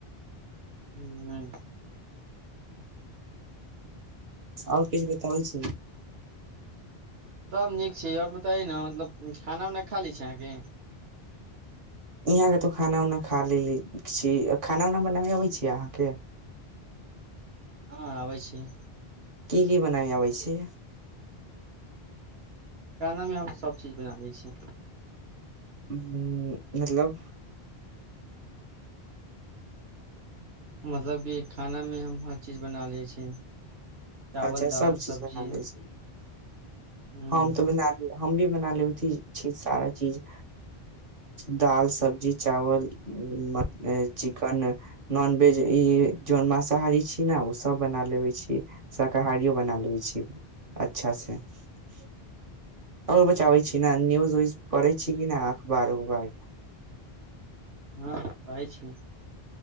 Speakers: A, on the right; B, on the right.
A: हू
B: आओ किछ बताउ छी ने
A: सब नीक छै आओर बताइ ने मतलब खाना उना खा ली छै अहाँके
B: यहाँके तो खाना उनाा खा लेलै छी खाना उना बनाबै अबै छै अहाँके
A: हँ आबै छी
B: की की बनाय आबै छै
A: खानामे हम सबचीज बना लै छी
B: ह मतलब
A: मतलब कि खानामे हम हर चीज बना लै छी चावल
B: अच्छा
A: दाल
B: सब चीज
A: सब्जी
B: बना लै छी
A: ह
B: हम त बना लिय हम भी बना लेब छी सारा चीज दाल सब्जी चावल म चिकन नॉनवेज ई जन मासाहारी छी ने ओ सब बना लेबे छी शाकाहारियो बना लेबे छी अच्छा से <inaudible> ओ बचाबै छी ने न्यूज उज पढ़ै छी कि नहि अखबार उखबार
A: हँ पढै छी